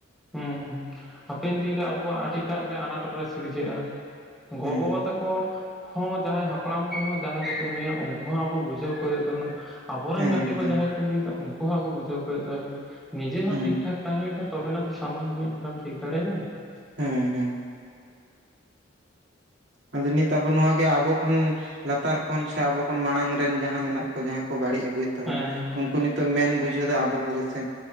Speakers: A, in the centre; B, on the right (about 60°).
A: ᱦᱩᱸ ᱦᱟᱯᱮᱱ ᱫᱤᱱᱨᱮ ᱟᱵᱚᱣᱟᱜ ᱟᱹᱰᱤᱴᱟᱜ ᱜᱮ ᱟᱱᱟᱴ ᱨᱮ ᱥᱤᱨᱡᱟᱹᱜᱼᱟ᱾ ᱜᱚ
B: ᱦᱮᱸ
A: ᱵᱟᱵᱟ ᱛᱟᱠᱚ ᱦᱚᱸ ᱡᱟᱸᱦᱟᱸᱭ ᱦᱟᱯ ᱦᱟᱯᱲᱟᱢ ᱠᱚᱦᱚᱸ ᱡᱟᱸᱦᱟᱸᱭ ᱠᱚᱠᱚ ᱧᱩᱭᱟ ᱩᱱᱠᱩ ᱦᱚᱸ ᱟᱵᱚ ᱵᱩᱡᱷᱟᱹᱣ ᱠᱚ ᱦᱩᱭᱩᱜ ᱛᱟᱵᱚᱱᱟ, ᱟᱵᱚᱨᱮᱱ
B: ᱦᱮᱸ
A: ᱜᱟᱛᱮ
B: ᱮᱠᱫᱚᱢ
A: ᱠᱚ ᱡᱟᱸᱦᱟᱸᱭ ᱠᱚ ᱧᱩᱭᱮᱫᱟ ᱩᱱᱠᱩ ᱩᱱᱠᱩ ᱦᱚᱸ ᱟᱵᱚ ᱵᱩᱡᱷᱟᱹᱣ ᱠᱚ ᱦᱩᱭᱩᱜ ᱛᱟᱵᱚᱱᱟ, ᱱᱤᱡᱮ ᱦᱚᱸ
B: ᱦᱮᱸ
A: ᱴᱷᱤᱠ ᱴᱷᱟᱠ ᱛᱟᱦᱮᱸ ᱞᱮᱱ ᱠᱷᱟᱱ ᱛᱚᱵᱮᱱᱟ ᱛᱚ ᱥᱟᱢᱟᱝ ᱨᱤᱱᱤᱪ ᱦᱚᱲᱮᱢ ᱴᱷᱤᱠ ᱫᱟᱲᱮᱭᱟᱜᱼᱟ᱾
B: ᱦᱮᱸ ᱦᱮᱸ ᱟᱫᱚ ᱱᱤᱛ ᱟᱵᱚ ᱱᱚᱣᱟ ᱜᱮ ᱟᱵᱚ ᱠᱷᱚᱱ ᱞᱟᱛᱟᱨ ᱠᱷᱚᱱ ᱥᱮ ᱟᱵᱚ ᱠᱷᱚᱱ ᱢᱟᱲᱟᱝ ᱨᱮᱱ ᱡᱟᱸᱦᱟᱸ ᱢᱮᱱᱟᱜ ᱠᱚ ᱡᱟᱦᱟᱸᱭ ᱠᱚ ᱵᱟᱹᱲᱤᱡ ᱟᱹᱜᱩᱭᱮᱫ ᱛᱟᱵᱚᱱ
A: ᱦᱮᱸ
B: ᱩᱱᱠᱩ ᱱᱤᱛᱚᱜ ᱢᱮᱱ ᱵᱩᱡᱷᱟᱹᱣ ᱫᱚ ᱟᱵᱚ ᱠᱚᱜᱮ ᱥᱮ᱾